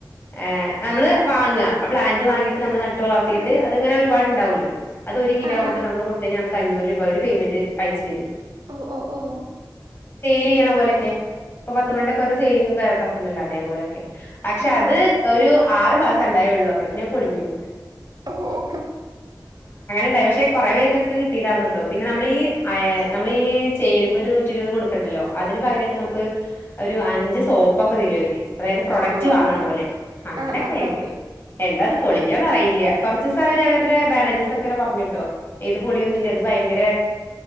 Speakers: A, on the left; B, on the right.
A: ണ്ടേ നമ്മള് വാങ്ങ നമ്മള് പ്ലാന്റ് വാങ്ങിട്ട് നമ്മൾ നട്ട് വളർത്തിയിട്ട്
B: ആഹ്
A: അതിങ്ങനെ ഒരുപാടുണ്ടാവുല്ല അത് ഒരു കിലോ
B: ആഹ്
A: ആക്മ്പോ
B: ആഹ്
A: നമ്മ കൊടുത്തഴി അഞ്ഞൂറ് രൂപ അവര് പേയ്മെന്റ് അയച്ച് തരും
B: ഓ ഓ ഓ
A: വീണ പോലൊക്കെ ഇപ്പ പത്ത് മണ്ടൊക്കെഓരോ സെലിങ്ങ ഒക്കെറാം ണ്ടല്ല അതേപോലൊക്കെ പക്ഷെ
B: ആഹ്
A: അത് ഒരു ആറു മാസം ഉണ്ടായേള്ളു അപ്പളത്തിനെ പൊളിഞ്ഞു
B: ഓഹ് ഓ
A: ണ്ടായി പക്ഷെ കുറെ പേർക്കൊക്കെ കിട്ടയിട്ടാർന്ന് കേട്ടോ പിന്നെ നമ്മളീ ആയ് നമ്മളി ചേരുമ്പോ ഒരു നൂറ്റി ഇരുപത് കൊടുക്കണ്ടല്ലോ അതിന് പകരമായിട്ട് നമുക്ക് ഒരു അഞ്ച് സോപ്പ ഒക്കെ തരവ് അവര് അതായത് പ്രൊഡക്റ്റ്
B: ഓഹ്
A: വാങ്ങണ പോലെ അങ്ങനെയൊക്കെ
B: ആഹ് ആഹ്
A: ആയിട്ട്
B: ആഹ് ആഹ്
A: എന്താ പൊളിഞ്ഞതറിയില്യ കുറച്ചിസം അവര് അവ ടെ മാനേജേഴ്സ് ഒക്കനെ പറഞ്ഞൂട്ടോ ഏത് പൊളിയൊന്നുല്ല അത് ഭയങ്കര